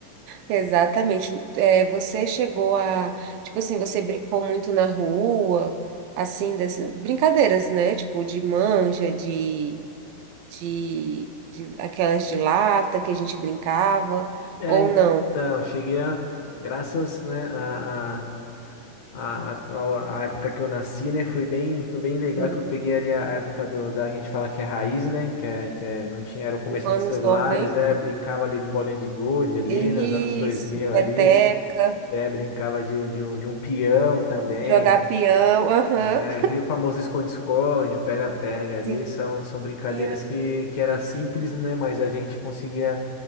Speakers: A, on the right; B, on the left.
A: exatamente. É, você chegou a, tipo assim, você brincou muito na rua, assim, dessas brincadeiras, né? Tipo, de manja, de de, de aquelas de lata que a gente brincava,
B: É,
A: ou não.
B: então, cheguei a, graças, né, a, a- a, a, ao- a época que eu nasci, né? Foi bem, foi bem legal
A: Aham.
B: que eu peguei ali a época do, da gente fala que é raiz, né? Que é, que é, não tinha, era o começo
A: Anos
B: dos celulares,
A: noventa
B: é, brincava ali de bolinha de gude ali,
A: Isso,
B: nos anos dois mil
A: peteca,
B: ali, é, brincava de, de um, de um peão também,
A: jogar peão, aham.
B: É, aquele famoso esconde-esconde, o pega-pega ali,
A: Sim,
B: são, são brincadeiras
A: peão,
B: que, que era simples, né? Mas a gente conseguia,